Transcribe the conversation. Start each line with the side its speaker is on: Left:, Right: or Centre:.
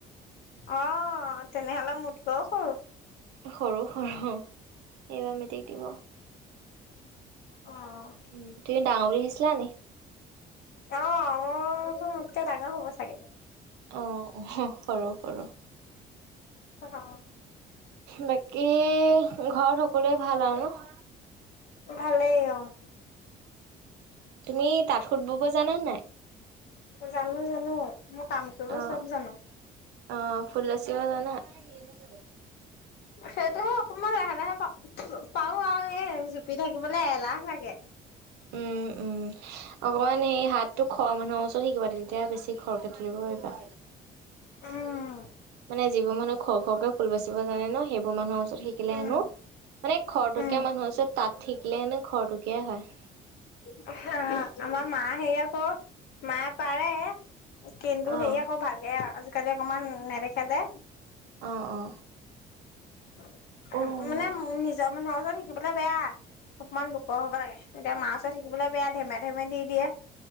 Left: অ' তেনেহ'লে মোতকৈ সৰু।
Right: সৰু সৰু এইবাৰ মেট্ৰিক দিব।
Left: অ'।
Right: উম, তুমি ডাঙৰ বুলি ভাবিছিলা নি?
Left: অঁ মই বোলো মোতকে ডাঙৰ হ'ব চাগে।
Right: অ', সৰু সৰু।
Left: অ'।
Right: বাকী, ঘৰত সকলোৱে ভাল আৰু ন'?
Left: ভালেই অ'।
Right: তুমি তাঁত সুত ব'ব' জানা নাই?
Left: জানো, জানো, মোৰ কাম কৰিব
Right: অ',
Left: চব জানো।
Right: অ', ফুল বাচি জানা? এনেই যাব।
Left: সেইটোৱে অকমান লাহে, লাহে পাৰো আও এই জুপি থাকিবলে এলাহ লাগে।
Right: উম, উম, অকমান সেই হাতটো খৰ মানুহৰ ওচৰত শিকিবা, তেতিয়া বেছি খৰকে তুলিব পাৰিবা।
Left: উম
Right: মানে যিবোৰ মানুহে খৰ খৰকে ফুল বাচিব জানে ন', সেইবোৰ মানুহৰ ওচৰত শিকিলে
Left: উম
Right: হেনো মানে খৰতকীয়া
Left: উম।
Right: মানুহৰ ওচৰত তাত শিকিলে, খৰতকীয়াই হয়।
Left: হ হ‌ আমাৰ মা হেৰি আকৌ, মায়ে পাৰে। কিন্তু সেই
Right: অ',
Left: আকৌ ভালকে আজিকালি অকমান নেদেখে যে।
Right: অ অ
Left: মানে
Right: অ'।
Left: নিজৰ মানুহৰ ওচৰত শিকিবলে বেয়া। অকমান লোকৰ হ'ব লাগে এতিয়া মা ওচৰত শিকিবলে বেয়া ধেমে ধেমে দি দিয়ে।